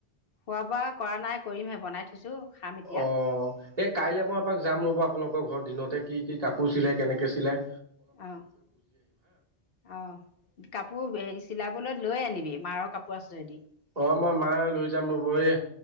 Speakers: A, on the left; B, on the right.
A: খোৱা বোৱা কৰা নাই কৰিমহে বনাই থৈছো খাম এতিয়া
B: অ এই কাইলৈ মই এপাক যাম ৰ'ব আপোনালোকৰ ঘৰত দিনতে কি কি কাপোৰ চিলায় কেনেকৈ চিলায়
A: অ অ কাপোৰ হেৰি চিলাবলৈ লৈ আনিবি মাৰৰ কাপোৰ আছেযদি
B: অ মই মা লৈ যাম ৰব এই